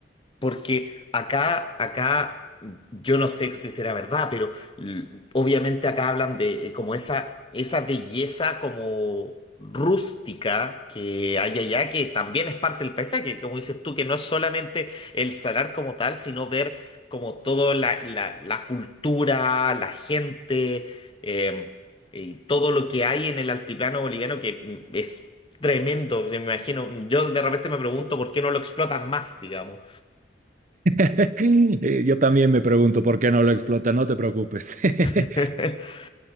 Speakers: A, on the left; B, on the right.
A: Porque acá, acá, yo no sé si será verdad, pero l- obviamente acá hablan de eh, como esa, esa belleza como rústica que hay allá, que también es parte del paisaje, como dices tú, que no es solamente el salar como tal, sino ver como toda la, la- la cultura, la gente, eh, y todo lo que hay en el altiplano boliviano, que mm, es tremendo, me imagino. Yo de repente me pregunto por qué no lo explotan más, digamos.
B: <laughs> Eh, Yo también me pregunto por qué no lo explota, no te preocupes.
A: <laughs>
B: <laughs>